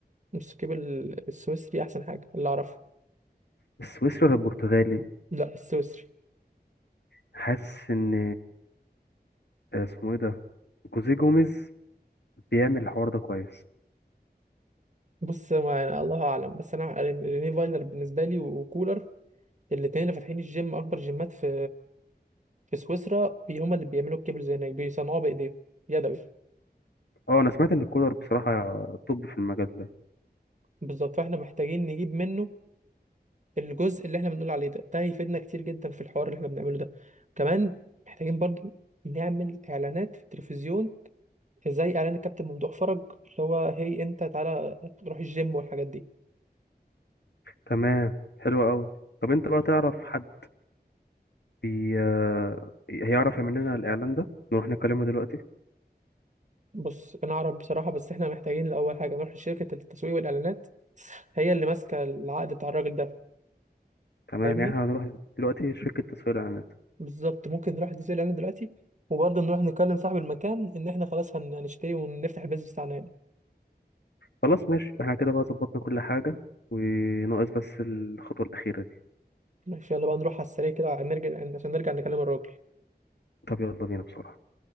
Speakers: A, on the right; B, on the left.
A: بس نجيب ال- السويسري أحسن حاجة اللي أعرفه
B: السويسري ولا البرتغالي
A: لا السويسري
B: حاسس ان آه، اسمه ايه ده جوزيه جوميز بيعمل الحوار ده كويس
A: بص ما يعني الله أعلم بس أنا ريني فايلر بالنسبة لي وكولر الاتنين اللي فاتحين الجيم أكبر جيمات في في سويسرا بي- هما اللي بيعملوا الكيبلز هناك بيصنعوها بإيديهم يدوي
B: اه انا سمعت ان كولر بصراحه طب في المجال ده
A: بالظبط فاحنا محتاجين نجيب منه الجزء اللي احنا بنقول عليه ده ده هيفيدنا كتير جدا في الحوار اللي احنا بنعمله ده كمان محتاجين برضو نعمل اعلانات في التلفزيون زي اعلان الكابتن ممدوح فرج اللي هو هي انت تعالى روح الجيم والحاجات دي
B: تمام حلو قوي طب انت بقى تعرف حد بي... آه، هيعرف يعمل لنا الاعلان ده نروح نكلمه دلوقتي
A: بص انا اعرف بصراحة بس احنا محتاجين الاول حاجة نروح لشركة التسويق والاعلانات هي اللي ماسكة العقد بتاع الراجل ده
B: تمام
A: فاهمني
B: يعني احنا هنروح دلوقتي شركة تسويق الإعلانات
A: بالظبط ممكن نروح لتسويق الاعلانات دلوقتي وبرضه نروح نكلم صاحب المكان ان احنا خلاص هن- هنشتري ونفتح البيزنس بتاعنا هنا
B: خلاص ماشي احنا كده بقى ظبطنا كل حاجة وناقص بس الخطوة الأخيرة دي
A: ماشي يلا بقى نروح على السريع كده نرجع عشان نرجع نكلم الراجل
B: طب يلا بينا بسرعة